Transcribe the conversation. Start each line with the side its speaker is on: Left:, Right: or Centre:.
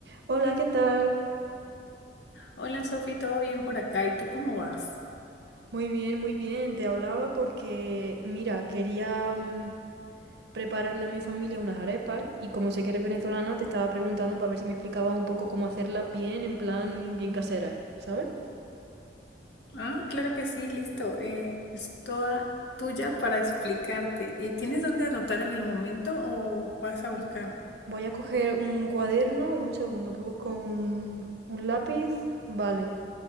Right: Hola, ¿qué tal?
Left: Hola Sofi, ¿todo bien por acá? ¿Y tú cómo vas?
Right: Muy bien, muy bien. Te hablaba porque, mira, quería mm, prepararle a mi familia unas arepas y como sé que eres venezolana, te estaba preguntando para ver si me explicabas un poco cómo hacerla bien, en plan, bien casera, ¿sabes?
Left: Ah, claro que sí, listo. eh, es toda tuya para explicarte. Eh, ¿tienes dónde anotar en el momento o vas a
Right: Sí.
Left: buscar?
Right: Voy a coger un cuaderno, un segundo, que busco un, un lápiz. Vale,